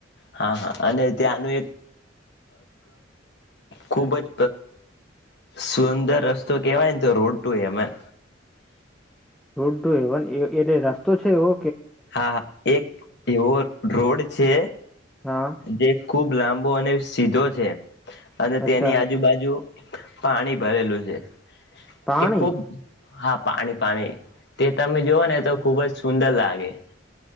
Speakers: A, on the left (about 65°); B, in the centre.
A: હા હા અને ત્યાંનું એક ખુબ જ સુંદર રસ્તો કેહેવાયને તો રોું એમન
B: રોડડુ એવન એ ર રસ્તા તો છે ઓ
A: હા એક એવો રોડ છે
B: હા
A: જે ખુબ લાંબો બ અને સીધો છે. અને તેની
B: અચ્છા
A: આજુબાજુ
B: અચ્છા
A: પાણી ભરેલું છે.
B: પાણી
A: એ ખૂબ હા પાણી પાણી તે તમે જોઓ ને તો ખુબ જ સુંદર લાગે. <inaudible>